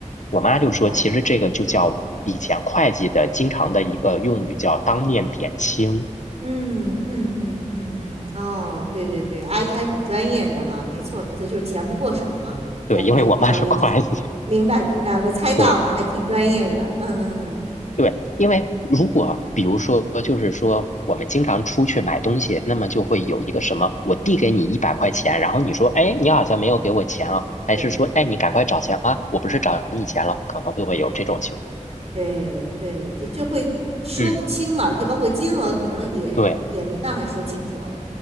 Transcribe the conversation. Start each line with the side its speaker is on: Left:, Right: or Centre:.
Left: 我妈就说，
Right: 明白。
Left: 其实这个就叫以前会计的经常的一个用语叫当面点清。
Right: 嗯嗯嗯嗯嗯，哦，对对对，阿姨还挺专业的哈，没错没错，就是钱不过手嘛，在这个交易之前，
Left: 对，因为我妈是会计。<laughs>
Right: 明白明白，我猜到了，
Left: 对
Right: 还挺专业的，嗯嗯嗯，
Left: 对，因为如果比如说，就是说我们经常出去买东西，那么就会有一个什么，我递给你一百块钱，然后你说，哎，你好像没有给我钱啊，还是说，
Right: 对
Left: 哎，你赶快找钱啊，我不是找你钱了，可能会会有这种情况。
Right: 对对，就就会说不清嘛，
Left: 嗯，
Right: 而且包括金额可能也也也没办法说清楚，
Left: 对。